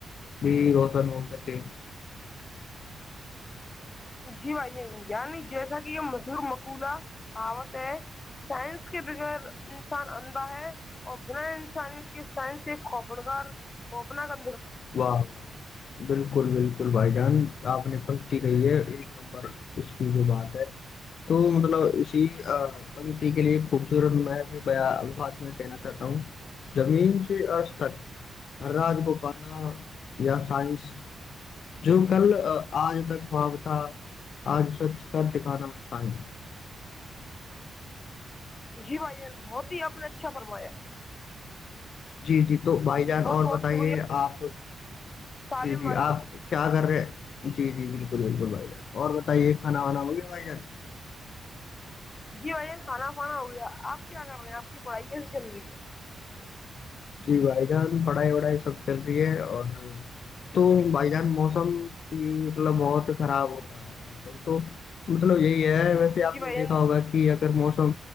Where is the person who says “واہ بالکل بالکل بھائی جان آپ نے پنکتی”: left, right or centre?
Left